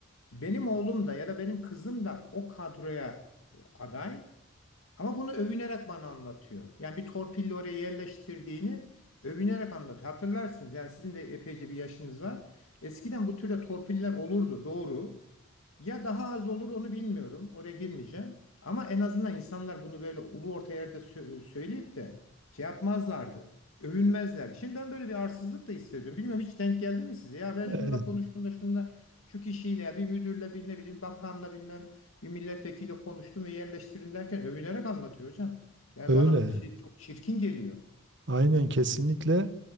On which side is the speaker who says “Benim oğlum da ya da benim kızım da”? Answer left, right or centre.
Left